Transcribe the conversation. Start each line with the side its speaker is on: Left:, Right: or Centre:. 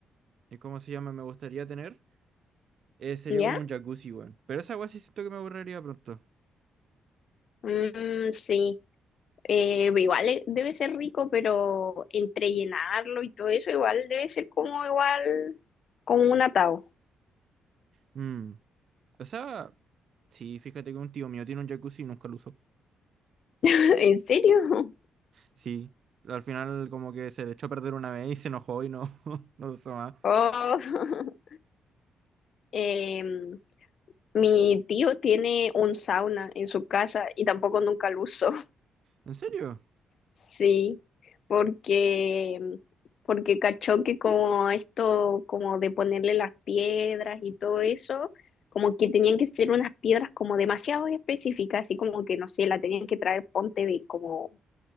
Right: eh, ¿cómo se llama? Me gustaría tener, eh, sería
Left: ¿Ya?
Right: como un jacuzzi, weón. Pero esa weá sí siento que me aburriría pronto.
Left: Mm, sí, Eh, igual eh, debe ser rico, pero entre llenarlo y todo eso, igual debe ser como igual, como un atado.
Right: Mm, O sea, sí, fíjate que un tío mío tiene un jacuzzi y nunca lo usó.
Left: <laughs> ¿En serio?
Right: Sí, al final como que se le echó a perder una vez y se enojó y no, <laughs> no lo usó más.
Left: Oh. <laughs> Em, mi tío tiene un sauna en su casa y tampoco nunca lo usó.
Right: ¿En serio?
Left: Sí, porque, porque cachó que como esto, como de ponerle las piedras y todo eso, como que tenían que ser unas piedras como demasiado específicas, así como que, no sé, la tenían que traer ponte de como,